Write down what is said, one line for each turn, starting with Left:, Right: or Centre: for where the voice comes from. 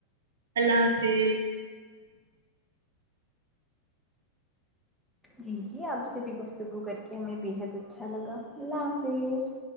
Right: اللہ حاف تے
Centre: جی جی آپ سے بھی گفتگو کر کے ہمیں بےحد اچھا لگا اللہ حافظ